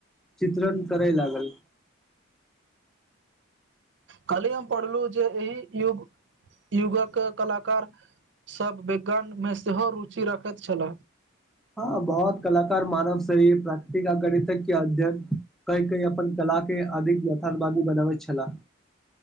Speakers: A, in the centre; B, on the right (about 65°).
A: चित्रण करय लागल।
B: खाली हम पढ़लहुँ जे एहि युग। युगक कलाकार सभ वैज्ञान मे सेहो रुचि रखैत छलाे
A: ह बहुत कलााक मानव सरी प्राकृतिक गणितक के अध्ययन। कई कई अपन कला के अधिक यथार्थवादी बनबैत छलाह।